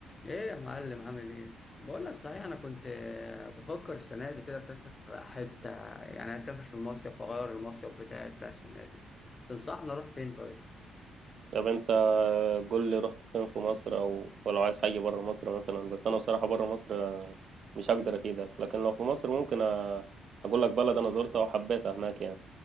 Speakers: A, on the left; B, on the right.
A: ايه يا معلم عامل ايه بقول لك صحيح انا كنت آه، بفكر السنه دي كده اسافر حته يعني اسافر في المصيف واغير المصيف بتاعي بتاع السنه دي تنصحني اروح فين طيب
B: طب انت قول لي رحت فين في مصر او ولو عايز حاجه بره مصر مثلا بس انا بصراحه بره مصر مش هقدر افيدك لكن لو في مصر ممكن أ- اقول لك بلد انا زرتها وحبيتها هناك يعني